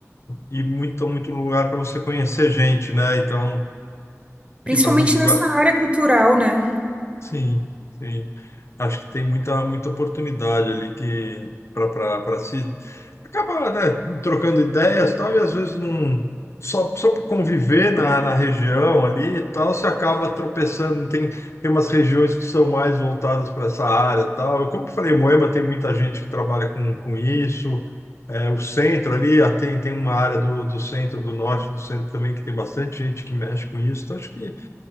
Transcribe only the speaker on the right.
Principalmente
nessa área cultural, né?